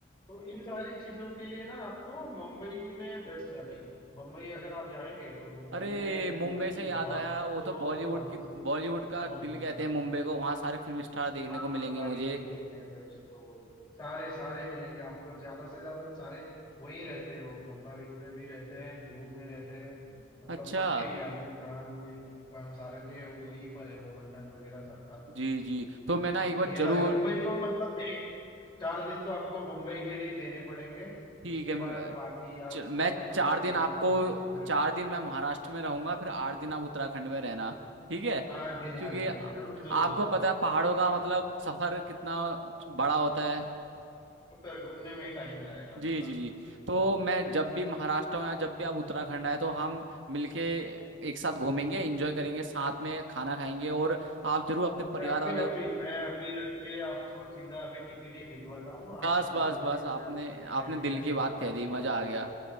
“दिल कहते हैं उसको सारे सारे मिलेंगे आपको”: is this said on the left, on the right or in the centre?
Left